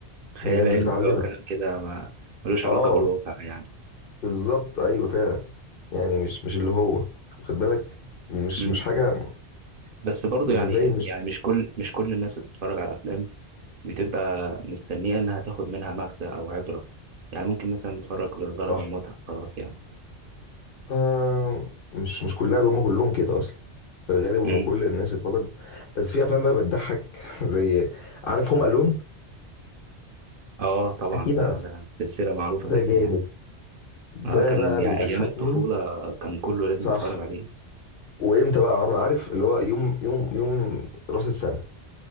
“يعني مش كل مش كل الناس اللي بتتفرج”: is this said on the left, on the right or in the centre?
Right